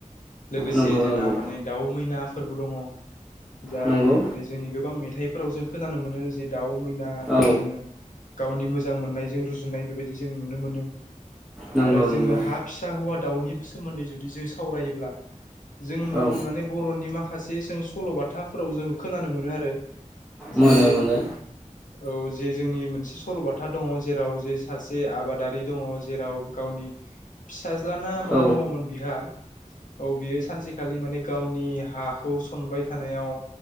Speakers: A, on the left; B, in the centre.
A: लोगोसे
B: नंगौ
A: जोंना
B: नंगौ
A: माने दाउ मैनाफोरबो दङ' जाय
B: नंगौ
A: माने जोंनि गोबां मेथाइफोराव जों खोनानो मोनो जे दाउ मैनाखौ
B: औ
A: जोङो गावनि मोजां मोननायजों रुजुनाय बेबायदि जों नुनो मोनो
B: नंगौ
A: आरो जोङो
B: नंगौ
A: हा फिसा हौवा दाउनि सोमोन्दै जुदि जों सावरायोब्ला जों माने
B: औ
A: बर'नि माखासे जों सल'बाथा फोराव जों खोनानो मोनो आरो
B: मोनो
A: जे
B: मोनो
A: औ जे जोंनि मोनसे सल'बाथा दङ' जेराव जे सासे आबादारि दङ' जेराव गाव नि फिस साज्लाना मा
B: औ
A: दङ'मोन बिहा औ बियो सानसेखालि माने गावनि हाखौ सनबाय थानायाव